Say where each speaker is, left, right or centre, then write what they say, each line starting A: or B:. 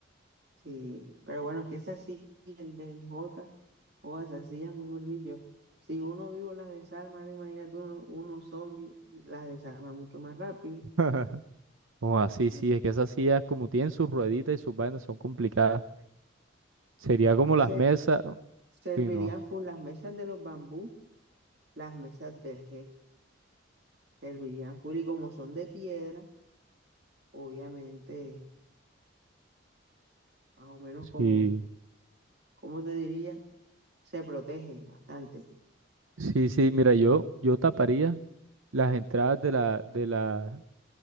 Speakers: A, on the right; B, on the right.
A: Sí, pero bueno, es que es así, el del J, o esas sillas, mejor dicho. Si uno vivo las desarma, ahora imagínate uno, uno zombie, las desarma mucho más rápido.
B: <laughs> O así, sí,
A: Ya.
B: es que esas sillas como tienen sus rueditas y sus vainas son complicadas. Sería como
A: Se,
B: las mesas,
A: servirían
B: y no,
A: full las mesas de los bambú. Las mesas del G servirían full y como son de piedra, obviamente, más o menos
B: sí.
A: como, ¿cómo te diría? Se protege bastante.
B: Sí, sí, mira, yo, yo taparía las entradas de la, de la,